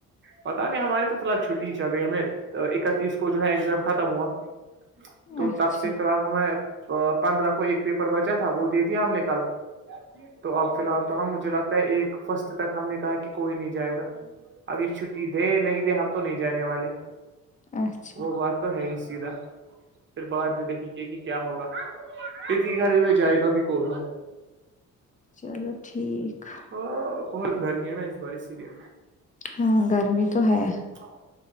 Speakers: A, on the right; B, on the left.
A: پتا نہیں ہماری تو فح چھٹی ہی چل رہی ہے ہم اکتیس کو جو ہے ایگزام ختم ہوا تو
B: اچھا
A: تب سے فی الحال ہمیں پندرہ کو ایک پیپر بچا تھا وہ دے دیا ہم نے کل تو اب فی الحال تو ہم مجھے لگتا ہے ایک فسٹ تک ہم نے کہا کہ کوئی نہیں جائے گا اب یہ چھٹی دے نہیں دے ہم تو نہیں جانے والے
B: اچھا
A: وہ بات تو ہے ہی سیدھا پھر بعد میں دیکھ گے کہ کیا ہوگا کتنی گھر بھی میں جائے گا بھی کو رہوں
B: چلو ٹھیک
A: ہاں بہت گرمی ہے نا اس بار اسی لیے
B: ہاں گرمی تو ہے
A: ہ